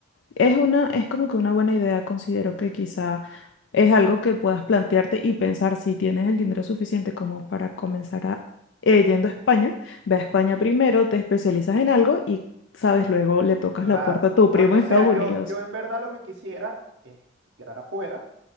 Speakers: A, on the left; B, on the right.
A: Es una, es como que una buena idea, considero que quizá es algo que puedas plantearte y pensar si tienes el dinero suficiente como para comenzar a, eh, yendo a España, ve a España primero, te especializas en algo y, sabes, luego le tocas
B: Claro.
A: la puerta a tu primo
B: Porque,
A: en
B: o sea,
A: Estados
B: yo,
A: Unidos.
B: yo en verdad lo que quisiera es migrar afuera